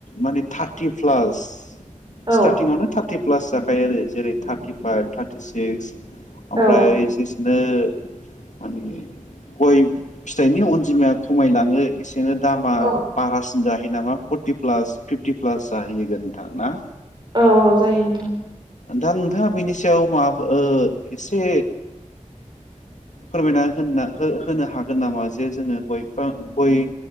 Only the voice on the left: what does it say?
माने थार्टि प्लास
स्थारथिं आवनो टारति प्लास जाखायो आरो जेरै थारटिफाइभ थार्टि सिक्स
ओमफ्राय जेसे नो मोने गय फिथाइनि अनजिमाया खमायलाङो एसे बिदिनो दामा
बारासिन जाहैयो नामा फरटि प्लास फिफटि प्लास जाहैगोन नोंथां ना?
दा नोंथाङा बिनि सायाव माबा ओ एसे फोरमायना होन होनो हागोन नामा जे जोङो गयफां गय